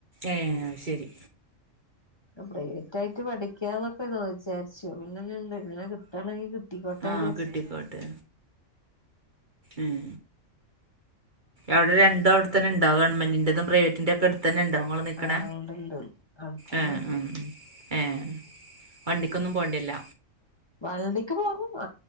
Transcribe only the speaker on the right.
ഏ ശരി
ആഹ് കിട്ടിക്കോട്ടെ
ഉം അവിടെ രണ്ടും അവിടുത്തന്ന ഉണ്ടാവും ഗവൺമെന്റതും പ്രൈവറ്റിന്റെറ ഒക്കെ എടു ത്തന്ന ഉണ്ടോ നിങ്ങൾ നിൽക്കണ
ആ
ആ ആ വണ്ടിക്കൊന്നും പോണ്ടിയെര്ല്ല